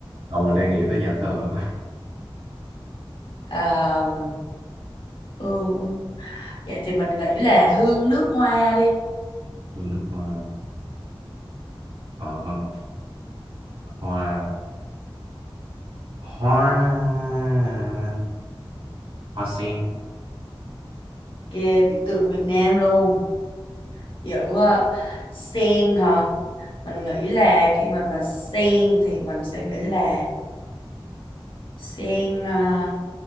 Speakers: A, on the right (about 80°); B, on the left (about 65°).
A: đồng mình đang nghĩ tới nhà thờ
B: À, Hương... Dạ thì mình nghĩ là hương nước hoa đi.
A: Hương nước hoa Ờ, hoa hoa hoa sen
B: kia biểu tượng Việt Nam luôn. Giữ ờ, sen hả? Mình nghĩ là khi mà mà sen thì mình sẽ nghĩ là sen ờ,